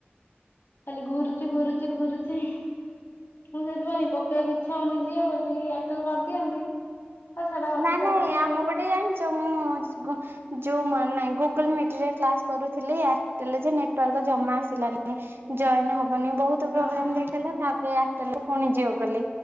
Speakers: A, on the left (about 65°); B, on the right (about 60°).
A: ଖାଲି ଘୁରୁଛି ଘୁରୁଛି ଘୁରୁଛି ମୁଁ ସେଥିପାଇଁ ପକେଇବାକୁ ଇଚ୍ଛା ହଉନି ଯିଅ ବୋଲି ଏୟାରଟେଲ କରିଦିଅନ୍ତି। ହଉ ଛାଡ ଅଛି
B: ନାଇ
A: ତ
B: ନାଇଁ
A: ଅଛି
B: ଆମ
A: ଆଉ
B: ପଟେ ଜାଣିଛ ମ ମୁଁ ଜୋଉ ମା ନାଇଁ ଗୁଗୁଲ୍ ମିଟ ରେ କ୍ଲାସ କରୁଥିଲି ଏୟାରଟେଲ ଯେ ନେଟୱାର୍କ ଜମା ଆସିଲାନି ଜଏନ୍ ହବ୍ ମାନେ ବହୁତ
A: ହଁ
B: ପ୍ରୋବ୍ଲେମ୍
A: ହଁ। ହଁ
B: ଦେଖଲା ତାପରେଟା ୟାରଟେଲ୍। ପୁଣି ଜିଓ କଲି